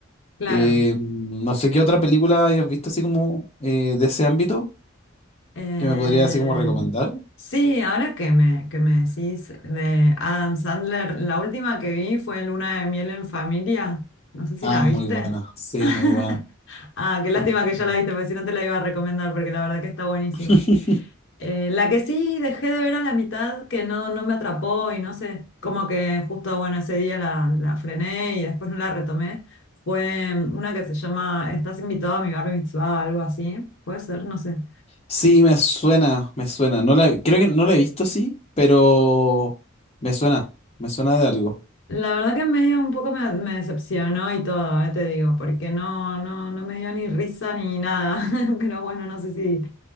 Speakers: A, on the left (about 65°); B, on the left (about 30°).
A: Claro.
B: Eh, no sé qué otra película hayas visto así como eh, de ese ámbito
A: Eh,
B: que me podría así como recomendar.
A: sí, ahora que me, que me decís de Adam Sandler, la última que vi fue Luna de Miel en Familia. No sé si
B: Ah,
A: la
B: muy
A: viste.
B: buena. Sí,
A: <laughs>
B: es muy buena.
A: Ah, qué lástima
B: Muy
A: que
B: buena.
A: ya la viste, porque si no te la iba a recomendar, porque la verdad que está buenísima.
B: <laughs>
A: Eh, la que sí dejé de ver a la mitad, que no, no me atrapó y no sé, como que justo, bueno, ese día la, la frené y después no la retomé, fue mm, una que se llama Estás invitado a mi bar mitzvah, algo así, puede ser, no sé.
B: Sí, me suena, me suena. No la, creo que no la he visto, sí, pero me suena, me suena de algo.
A: La verdad que medio un poco me, me decepcionó y todo, eh, te digo, porque no, no, no me dio ni risa ni nada, <laughs> pero bueno, no sé si,